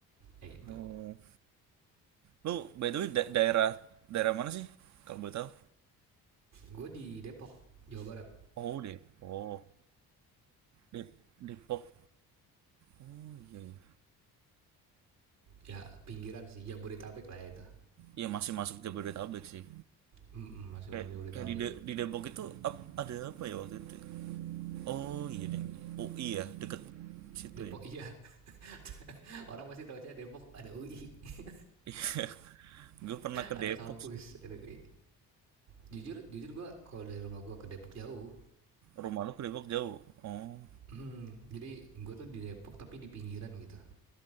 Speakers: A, on the right (about 80°); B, on the right (about 40°).
A: Ya gitu.
B: Oh. Lu by the way da- daerah daerah mana sih? Kalau boleh tahu?
A: Gue di Depok, Jawa Barat.
B: Oh, Depok. Dep Depok. Oh iya iya.
A: Ya pinggiran sih, Jabodetabek lah ya itu.
B: Iya masih masuk Jabodetabek sih.
A: Mm-mm, masih
B: kayak
A: masuk Jabodetabek.
B: kayak di De- di Depok itu ap- ada apa ya waktu itu oh iya deh UI ya deket situ
A: Depok
B: ya
A: iya. <laughs> Orang pasti tahu aja Depok ada UI, <laughs>
B: <laughs> iya gue pernah ke
A: ada
B: Depok
A: kampus,
B: sih
A: ada UI. Jujur, jujur gue kalau dari rumah gue ke Depok jauh.
B: rumah lu ke Depok jauh oh
A: Hmm, jadi gue tuh di Depok tapi di pinggiran gitu.